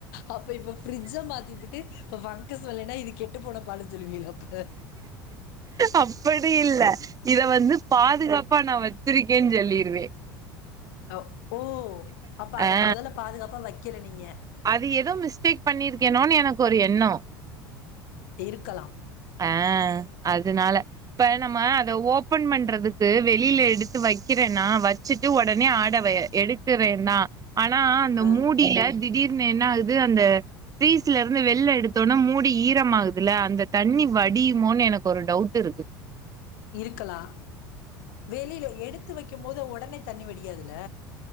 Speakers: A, on the left; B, on the right.
A: அப்ப இப்ப ஃப்ரிட்ஜ மாத்திபுட்டு இப்ப ஃபங்கஸ் வல்லனா இது கெட்டு போன பாலுன்னு சொல்லுவீங்களா அப்ப
B: அப்படி இல்ல இத வந்து பாதுகாப்பா நா வச்சிருக்கேன்னு சொல்லிரு துவே
A: அவ் ஓ அப்ப அத
B: ஆ
A: மொதல்ல பாதுகாப்பா வை கீழ நீங்க
B: அது ஏதோ மிஸ்டேக் பண்ணிருக்கேனோனு எனக்கொரு எண்ணோ
A: இருக்கலா
B: ஆஹ் அதனால இப்ப நம்ம அத ஓப்பன் பண்றதுக்கு வெளியில எடுத்து வெக்கிறேனா வெச்சுட்டு உடனே ஆட வ எடுத்துறேனா ஆனா அந்த
A: ஆ
B: மூடில திடீ னு என்ன ஆகுது அந்த ஃப்ரீஸ்ல இருந்து வெளிய எடுத்தோனா மூடி ஈரம் ஆகுதுல்ல அந்த தண்ணி வடியுமோன்னு எனக்கு ஒரு டவுட் இருக்கு
A: இருக்கலா வெளில எடுத்து வெக்கும்போது உடனே தண்ணி வடியாதில்ல